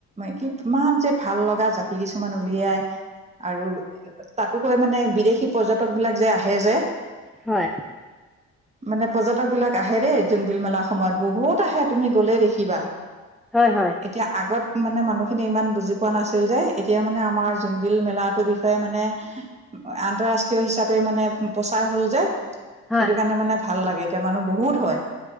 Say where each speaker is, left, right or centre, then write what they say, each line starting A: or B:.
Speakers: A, on the right; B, in the centre.
A: কি ইমান যে ভাল লগা জাপি কিছুমান উলিয়াই। আৰু তাতকৈ মানে বিদেশী পৰ্যটক বিলাক যে আহে যে।
B: হয়
A: মানে পৰ্যটক বিলাক আহে দেই যোন বিল মেলাৰ সময়ত বহুত আহে তুমি গ'লেই দেখিবা
B: হয় হয়
A: এতিয়া আগত মানে মানুহখিনি ইমান বুজি পোৱা নাছিল যে এতিয়া মানে আমাৰ জোনবিল মেলাটোৰ বিষয়ে মানে আন্তঃৰাষ্ট্ৰীয় হিচাপে মানে প্ৰচাৰ হ'ল যে
B: হয়
A: সেইটো কাৰণে মানে ভাল লাগে এতিয়া মানুহ বহুত হয়।